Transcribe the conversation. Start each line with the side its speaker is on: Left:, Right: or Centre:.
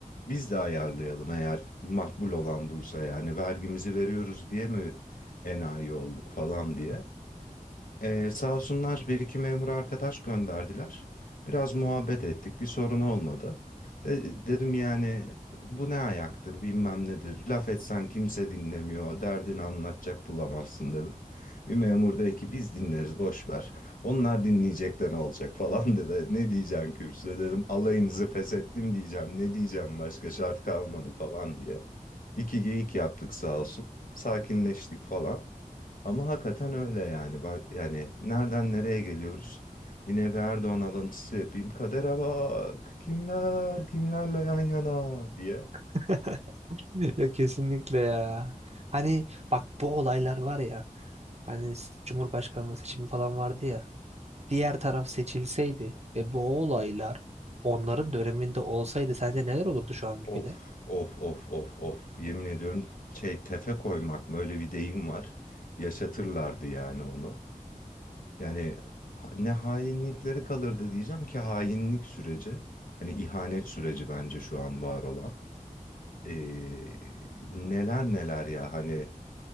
Left: Biz de ayarlayalım eğer makbul olan buysa yani vergimizi veriyoruz diye mi enayi olduk falan diye. Ee, sağ olsunlar bir iki memur arkadaş gönderdiler. Biraz muhabbet ettik. Bir sorun olmadı. De- dedim yani bu ne ayaktır bilmem nedir. Laf etsen kimse dinlemiyor. Derdini anlatacak bulamazsın dedim. Bir memur dedi ki biz dinleriz boş ver. Onlar dinleyecek de ne olacak <laughs> falan dedi. Ne diyeceksin kürsüde dedim. Alayınızı feshettim diyeceğim. Ne diyeceğim başka şart kalmadı falan diye. İki geyik yaptık sağ olsun. Sakinleştik falan. Ama hakikaten öyle yani. Bak yani nereden nereye geliyoruz? Yine bir Erdoğan alıntısı yapayım. Kadere bak. Kimler kimlerle yan yana diye.
Right: <laughs> <laughs> Ya kesinlikle ya. Hani bak bu olaylar var ya. Hani s- Cumhurbaşkanlığı seçimi falan vardı ya. Diğer taraf seçilseydi ve bu olaylar onların döneminde olsaydı sence neler olurdu şu an ülkede?
Left: Of of of of of. Yemin ediyorum şey tefe koymak mı öyle bir deyim var. Yaşatırlardı yani onu. Yani ha- ne hainlikleri kalırdı diyeceğim ki hainlik süreci. Hani ihanet süreci bence şu an var olan. Ee, neler neler ya hani